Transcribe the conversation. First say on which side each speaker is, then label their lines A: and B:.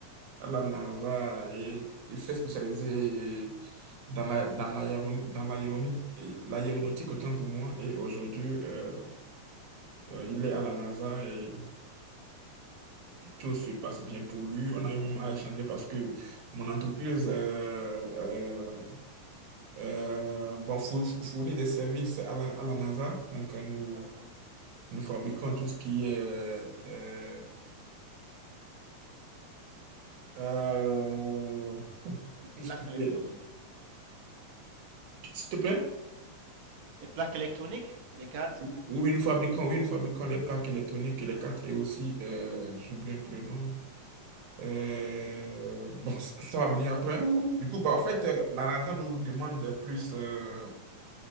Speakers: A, on the right; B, on the right.
A: à la NASA et il s'est spécialisé dans la, dans l'aéron- dans l'aéronautique, l'aéronautique autant pour moi. Et aujourd'hui, euh, euh, il est à la NASA et tout se passe bien pour lui. On a eu même à échanger parce que mon entreprise, euh, euh, euh, bon, fou- fournit des services à la, à la NASA. Donc, euh, nous,
B: D'accord.
A: nous fabriquons tout ce qui est, euh, euh,
B: Les, les plaques
A: tout ce qui
B: électroniques?
A: est, s'il te plaît.
B: Les plaques électroniques? Ou les cartes, c'est
A: Oui,
B: quoi?
A: oui, nous fabriquons, oui, nous fabriquons les plaques électroniques et les cartes et aussi, euh, j'oublie un peu le nom, là. Euh, bon, ça ça va venir après. Du coup, bah, en fait,
B: D'accord,
A: euh, la NASA nous demande plus. euh,